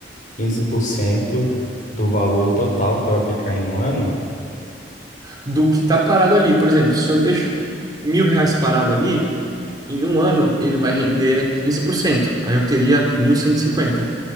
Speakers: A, on the left; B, on the right.
A: Quinze por cento do valor total que eu aplicar em um ano?
B: Do que tá parado ali. Por exemplo, se eu deixo mil reais parado ali, em um ano ele vai render quinze por cento Aí eu teria mil cento e cinquenta